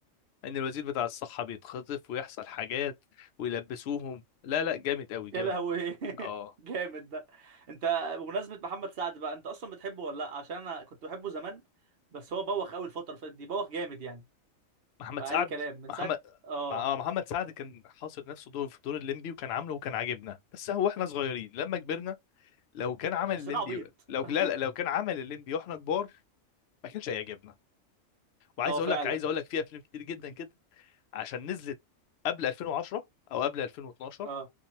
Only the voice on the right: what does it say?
يا لهوي
<laughs> جامد ده انت بمناسبه محمد سعد بقى انت اصلا بتحبه ولا لا عشان انا كنت بحبه زمان بس هو بوخ قوي الفتره اللي فاتت دي بوخ جامد يعني
بأي
كلام من
ساعة اه
حسينا
عبيط
<laughs>
اه
فعلا
اه